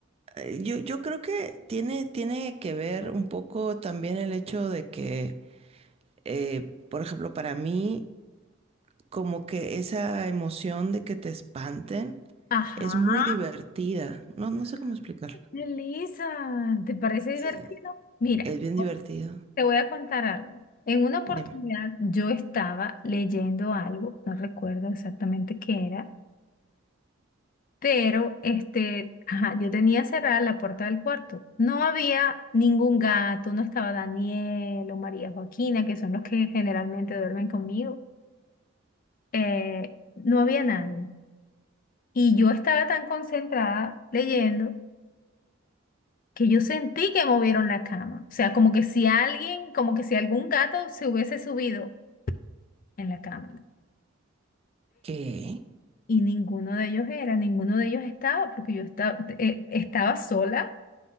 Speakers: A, on the right; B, on the left.
A: eh, yo, yo creo que tiene, tiene que ver un poco también el hecho de que, eh, por ejemplo, para mí, como que esa emoción de que te espanten
B: Ajá,
A: es muy divertida. No, no sé cómo explicarlo.
B: Elisa, ¿te parece divertido?
A: Sí,
B: Mira,
A: es bien divertido.
B: te voy a contar algo. En una oportunidad
A: Dime.
B: yo estaba leyendo algo, no recuerdo exactamente qué era, Pero este, ajá, yo tenía cerrada la puerta del cuarto. No había ningún gato, no estaba Daniel o María Joaquina, que son los que generalmente duermen conmigo. Eh, no había nadie. Y yo estaba tan concentrada leyendo que yo sentí que movieron la cama. O sea, como que si alguien, como que si algún gato se hubiese subido en la cama.
A: ¿Qué?
B: Y ninguno de ellos era, ninguno de ellos estaba, porque yo esta- eh, estaba sola